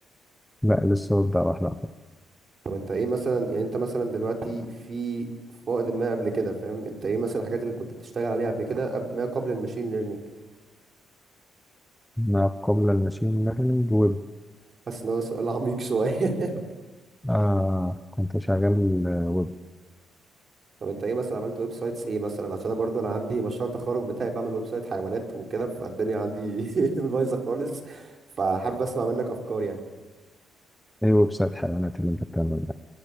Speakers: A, in the centre; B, on the right.
A: لا لسه ببدأ واحدة واحدة
B: طب انت ايه مثلا يعني انت مثلا دلوقتي في فائض ما قبل كده فاهم انت ايه مثلا الحاجات اللي كنت بتشتغل عليها قبل كده قبل ما قبل الماشين ليرنينج
A: ما قبل الماشين ليرنينج ويب
B: حاسس ان هو سؤال عميق شويه <laughs>
A: آه كنت شغال ويب
B: طب انت ايه مثلا عملت ويب سايتس ايه مثلا عشان انا برضه انا عندي مشروع تخرج بتاعي بعمل ويب سايت حيوانات وكده فالدنيا عندي <laughs> بايظه خالص فحابب اسمع منك افكار يعني
A: ايه ويب سايت حيوانات اللي انت بتعمله ده